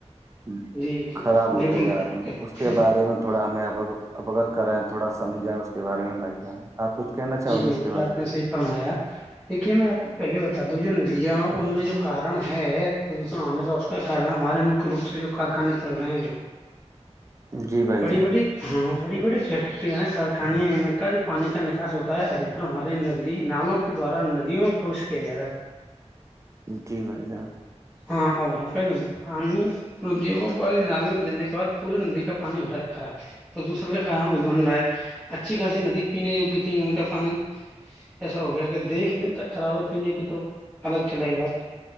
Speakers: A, on the right; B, in the centre.
A: <unintelligible>
B: جی جی
A: خراب
B: بالکل
A: ہوتے جا رہے ہیں اس کے
B: ہ
A: بارے میں تھوڑا ہمیں اوگت کرے تھوڑا سمجھا اس کے بارے میں بھائی جان آپ کچھ کہنا چاہو
B: جی
A: گے
B: بالکل
A: اس کے بارے
B: آپ
A: میں
B: نے صحیح فرمایا دیکھیے میں آپ کو پہلے بتا دو جو ندیاں میں جو کن ہے پردوشن ہونے کا اس کا کن ہمارے م روپ سے جو کارخانے چل رہے ہیں جو
A: جی بھائی
B: بڑی
A: جان
B: بڑی ہاں بڑی بڑی فیکٹرییا کارخانے کا جو پانی کا نکاس ہوتا ہے ادکتر ہمارے ندی نالوں کے دوارا ندیوں میں پروش کیا جا رہا ہے
A: جی بھائی ج
B: <unintelligible> ندیوں کو پے نالے میں دینے کے بعد پورے ندی کا پانی ہو رہا ہے خراب پردوشن کا کار ابن رہا اچھی خاصی ندی پینے یگیہ تھی ان کا پانی ایسا ہو گیا اگر دیکھ لیں ت کاابے پینے کی تو الگ چلائے بات